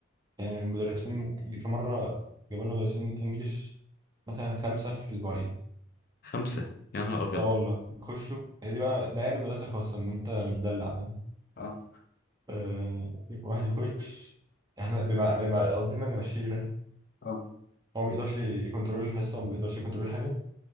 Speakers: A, on the right; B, on the left.
A: يعني مدرسين في مرة جابوا لنا مدرسين انجليش مثلا خمسة في اسبوعين
B: خمسة يا نهار أبيض
A: اه والله يخشوا هي دي بقى ده عيب المدرسة الخاصة ان انت متدلع فاهم
B: اه
A: آه، واحد يخش احنا بيبقى بنبقى قصدنا نمشيه فاهم
B: اه
A: هو ما بيقدرش يكنترول الحصة وما بيقدرش يكنترول حاجة